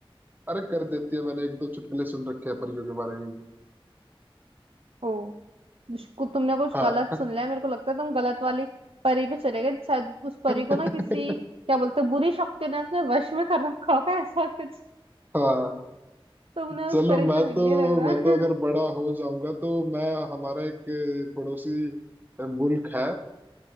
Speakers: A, on the right (about 20°); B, on the right (about 75°).
A: अरे कर देती है मैंने एक दो चुटकुले सुन रखे हैं परियों के बारे में भी
B: ओ इसको तुमने कुछ
A: हाँ
B: गलत सुन लिया है, मेरे को लगता है तुम गलत वाली परी पे चले गए शायद उस परी
A: <laughs>
B: को ना किसी क्या बोलते हैं, बुरी शक्ति ने अपने वश में कर रखा होगा ऐसा कुछ
A: हाँ
B: तुमने
A: चलो
B: उस परी
A: मैं
B: से मिल
A: तो
B: लिया लग रहा
A: मैं तो
B: है।
A: अगर बड़ा हो जाऊंगा तो मैं हमारा एक पड़ोसी मुल्क है